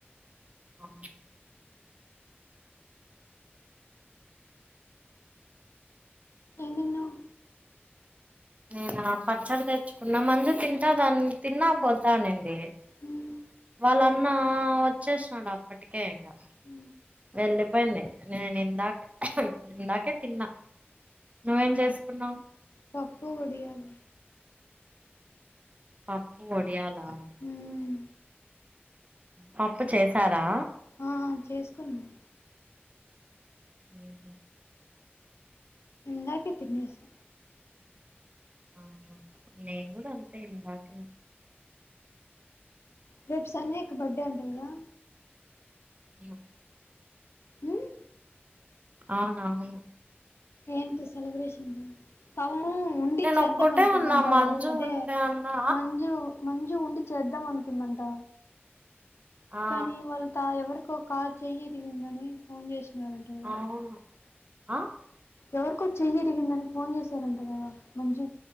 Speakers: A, on the right; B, on the left.
A: అవు
B: ఎమ్ తిన్నావ్
A: నేను పచ్చడి తెచ్చుకున్న మందు తింటా దాన్ని తిన్నా పోతానండి
B: హ్మ్
A: వాళ్ళన్నా వచ్చేసినడు అప్పటికే ఇంకా
B: ఉ
A: వెళ్ళిపోయింది నేను ఇందాక ఇప్పుడు ఇందాకే తిన్నా నువ్వేం చేసన్నవ్
B: పప్పు ఒడియాల
A: పప్పు ఒడియాలా
B: హ్మ్
A: పప్పు చేశారా
B: ఆ చేసుకున్నాము
A: ఉ హు
B: ఇందాకే తినేసా
A: ఆహా నేను కూడా అంతే ఇందాకే
B: రేపు సన్నీ అక్క బర్త్డే అంట కదా
A: ఉ
B: ఉమ్,
A: అవునా అవును
B: ఏంటి సెలబ్రేషన్ తము ఉండి
A: నేను
B: చేద్దాం
A: ఒక్కటే
B: అనుకుందంట
A: ఉన్నా మంజు
B: అదే
A: ఉంటే అన్నా
B: మంజు మంజు ఉండి చేద్దాం అనుకుందంట
A: ఆ
B: కానీ వాళ్ళ ఎవరికో కాల్ చెయ్య ఇరిగిందని ఫోన్ చేసినారంట కదా
A: అవును ఆ
B: ఎవరికో చెయ్యరిగిందని ఫోన్ చేశారంట కదా మంజు